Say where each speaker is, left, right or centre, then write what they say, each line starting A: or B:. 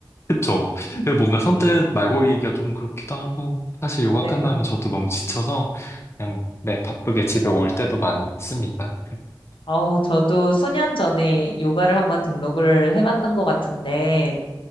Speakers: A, on the left; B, on the left.
A: 그쵸.
B: <laughs>
A: 그 뭔가 선뜻
B: 네.
A: 말고기가 좀 그렇기도 하고, 사실 요가
B: 네.
A: 끝나면 저도 너무 지쳐서, 그냥, 네, 바쁘게 집에 올 때도 많습니다.
B: 어, 저도 수년 전에 요가를 한번 등록을 해봤던 것 같은데,